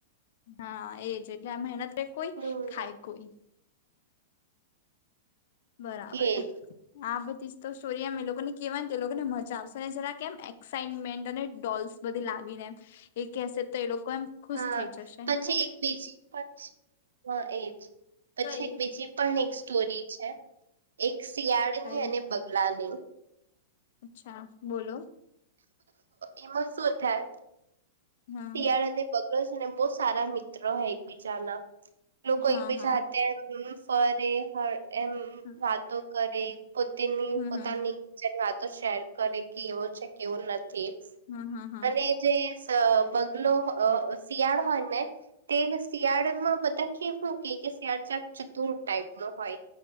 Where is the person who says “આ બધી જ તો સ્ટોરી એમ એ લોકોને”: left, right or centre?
Left